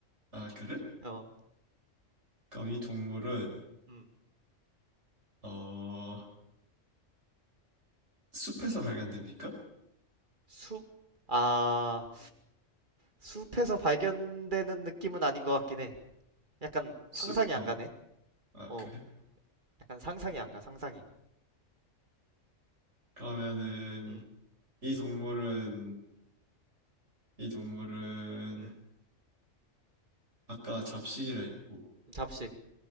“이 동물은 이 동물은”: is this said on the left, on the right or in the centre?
Right